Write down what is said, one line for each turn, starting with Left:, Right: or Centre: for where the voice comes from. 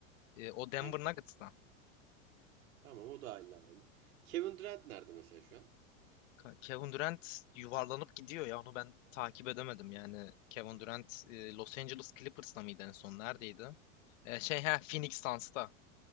Left: E, o Denver
Right: hangi takım?
Left: Nuggets'ta.
Right: Tamam o da hala aynı. Kevin Durant nerede mesela şu an?
Left: Ka- Kevin Durant yuvarlanıp gidiyor ya onu ben takip edemedim yani. Kevin Durant e, Los Angeles Clippers'ta mıydı en son neredeydi? E, şey ha Phoenix Suns'ta.